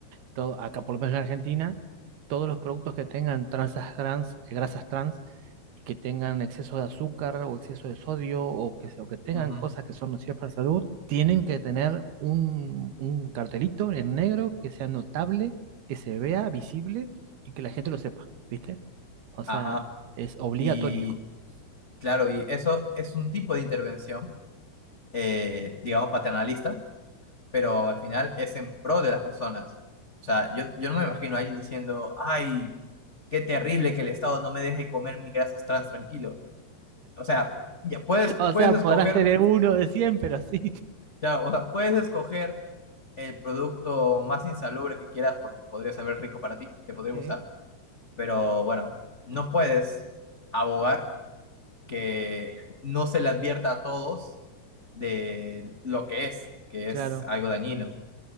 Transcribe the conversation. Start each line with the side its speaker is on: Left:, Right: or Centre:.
Right: todo, acá por lo menos en Argentina, todos los productos que tengan transas trans, eh, grasas trans y que tengan exceso de azúcar o exceso de sodio o que, se- o que tengan
Left: ujú,
Right: cosas que son nocivas para la salud, tienen que tener un, un cartelito en negro que sea notable, que se vea visible y que la gente lo sepa, ¿viste? O sea,
Left: ajá.
Right: es obligatorio.
Left: Y
Right: <laughs>
Left: Claro, y eso es un tipo de intervención, eh, digamos, paternalista, pero al final es en pro de las personas. O sea, yo, yo no me imagino a alguien diciendo, ay, qué terrible que el Estado no me deje comer mis grasas trans tranquilo. O sea, ya puedes,
Right: O
Left: puedes
Right: sea,
Left: escoger,
Right: podrás tener uno de 100 pero sí.
Left: ya, o sea, puedes escoger el producto más insalubre que quieras porque podría saber rico para ti, te podría
Right: Sí,
Left: gustar, pero bueno, no puedes abogar que no se le advierta a todos de lo que es, que
Right: claro,
Left: es algo dañino.